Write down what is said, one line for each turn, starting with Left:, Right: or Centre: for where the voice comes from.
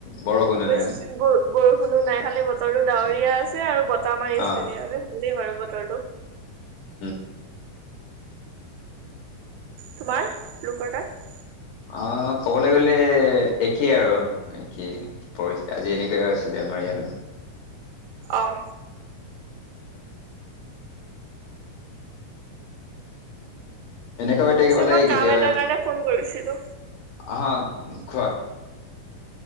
Left: বৰষুণো
Right: বেছি
Left: নাই ন
Right: ব-বৰ শুনো নাই খালি বতৰো ডাৱৰীয়া
Left: আচ্ছা
Right: আছে আৰু বতাহ মাৰি আছে
Left: অ
Right: ভালেই বাৰু বতৰটো।
Left: উম।
Right: তোমাৰ <inaudible>
Left: অ', ক'বলৈ গলে একেই আৰু একেই পৰিস্থিতি আজি এনেকুৱা আছিলে। ইয়াতো।
Right: অ'।
Left: এনেকুৱা হৈ থাকিব
Right: পিছে
Left: লাগে
Right: মই কাম
Left: কেতিয়াবা,
Right: এটাৰ কাৰণে ফোন কৰিছিলো
Left: আহা খোৱা।